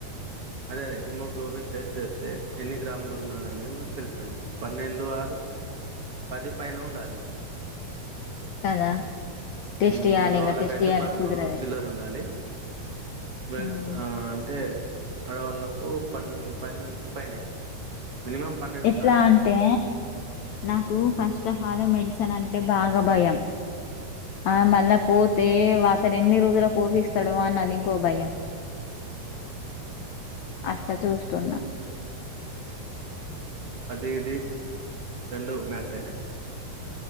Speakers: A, on the right; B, on the left.
A: అదే అదే హిమోగ్లోబిన్ టెస్ట్ చేస్తే ఎన్ని గ్రాములు ఉన్నదనేది మాకు తెలుస్తుంది పన్నెండు ఆర్ పది పైన ఉండాలి
B: కదా! టెస్ట్
A: ఉమ్
B: చేయాలి
A: మగ
B: ఇంగ
A: వాళ్ళకైతే
B: టెస్ట్ చేయాలి
A: పదమూడు
B: కుదరది.
A: చిల్లర ఉండాలి వస్
B: హ్మ్.
A: అంటే ఆడవాళ్లకు పన్ పది నుంచి పైనే ఇగ మినిమం పన్నెండు
B: ఎట్లా
A: ఉండాలి
B: అంటే నాకు
A: ఉమ్
B: ఫస్ట్ టైం ఆల్ మెడిసిన్ న అంటే బాగా భయం ఆ మళ్ళా పోతే అతను ఎన్ని రోజుల కోసిస్తాడు అని అది ఇంకో భయం అట్లా చూస్తున్నా
A: అది ఇది రెండు మ్యాచ్ అయినే